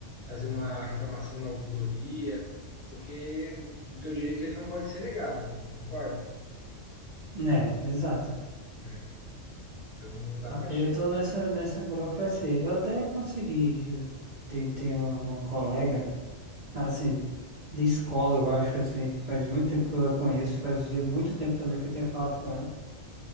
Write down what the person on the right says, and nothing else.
É, exato.
Ah,
eu tô nessa, nessa burocracia. Eu até consegui, eu tenho, tenho uma, uma colega, assim, de escola, eu acho, assim, faz muito tempo que eu a conheço, fazia muito tempo também que eu tinha falado com ela.